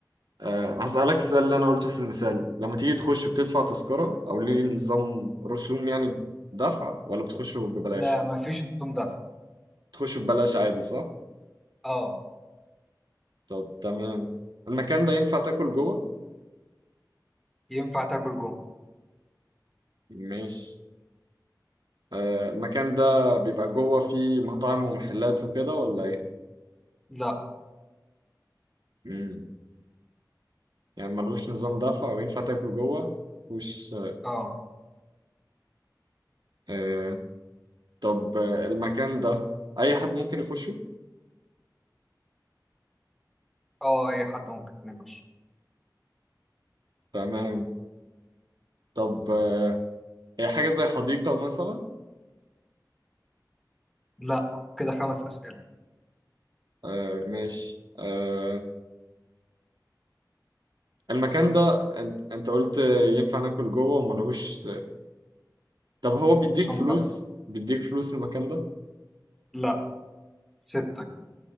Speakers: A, on the right (about 75°); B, in the centre.
A: أه هسألك السؤال اللي أنا قلته في المثال لما تيجي تخش بتدفع تذكرة أو ليه نظام رسوم يعني دفع ولا بتخش ببلاش؟
B: لا ما فيش رسوم ده
A: تخش ببلاش عادي صح؟
B: اه
A: طب تمام المكان ده ينفع تاكل جوه؟
B: ينفع تاكل جوه
A: ماشي أه المكان ده بيبقى جوه فيه مطاعم ومحلات وكده ولا إيه؟
B: لا
A: مم. يعني ملوش نظام دفع وينفع تاكل جوه؟ خش
B: اه
A: أه طب آه، المكان ده أي حد ممكن يخشه؟
B: اه اي حد ممكن يخش
A: تمام طب آه، هي حاجة زي حديقة مثلا؟
B: لا كده خمس اسئله
A: آه ماشي آه المكان ده انت, انت قلت ينفع ناكل جوه وما لهوش طب هو بيديك
B: رسوم
A: فلوس
B: ده
A: بيديك فلوس المكان ده
B: لا سته كده